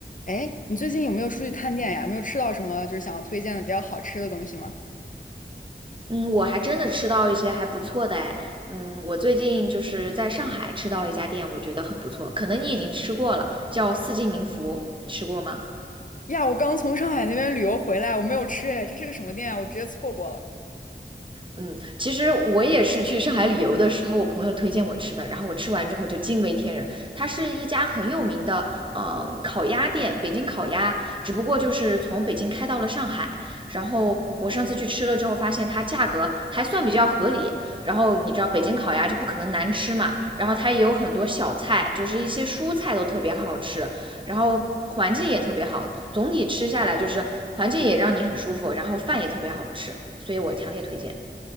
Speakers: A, on the left (about 45°); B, on the right (about 25°).
A: 哎，你最近有没有出去探店呀？有没有吃到什么就是想要推荐的比较好吃的东西吗？
B: 嗯，我还真的吃到一些还不错的哎，嗯，我最近就是在上海吃到了一家店，我觉得很不错，可能你已经吃过了，叫四季民福，你吃过吗？
A: 呀，我刚从上海那边旅游回来，我没有吃哎，这是个什么店啊？我直接错过了。
B: 嗯，其实我也是去上海旅游的时候，我朋友推荐我吃的，然后我吃完之后就惊为天人。它是一家很有名的，嗯，烤鸭店，北京烤鸭，只不过就是从北京开到了上海。然后我上次去吃了之后，发现它价格还算比较合理。然后你知道北京烤鸭就不可能难吃嘛，然后它也有很多小菜，就是一些蔬菜都特别好吃，然后环境也特别好，总体吃下来就是环境也让你很舒服，然后饭也特别好吃，所以我强烈推荐。